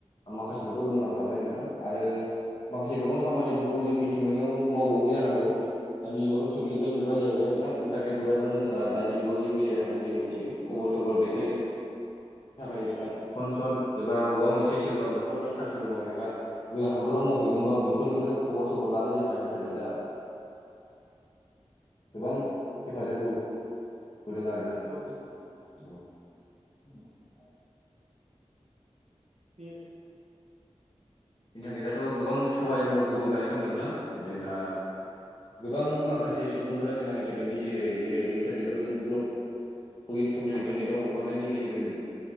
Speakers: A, on the left; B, on the right.
A: माखासेखौथ' बुंलांखाबाय नोंथां आरो माखासे गोबां खामानिफोरखौ जों मिथि मोनैयाव मावबावो जानांगौ। दानि जुगाथ' तेकनिकेल मुगा जाहैबाय नोंथां। इन्टनेट गैयाबानो जोंहा दानि जुगाव जेबो जाया होननानै जों मिथियो। खबर सबर दैथायनो थाखाय जोंहा पनसन एबा अबेबा मोनसे सोरबा न'खरनिया साख्रिफोर मावहैदोंबा गोजान हादराव मावहैदोंबा बेफोरनिफ्राय खबर सबर लानो रोंङा इन्टारनेटआ गोबां हेफाजाब हो गुदुं आरोना
B: औ औ।
A: औ।
B: बियो
A: इन्टारनेट आथ' गोबां सहाय मदद होबोगासिनो दं नोंथां
B: औ
A: जोंहा गोबां माखासे सुबुंफोरा जोंहा इन्टारनेटनि जहेरै जेरै इन्टारनेटाव जों ब्लक भ्लगिं सग्लिं इन्टारनेटआव
B: औ
A: हगारनायनि गेजेरजों जों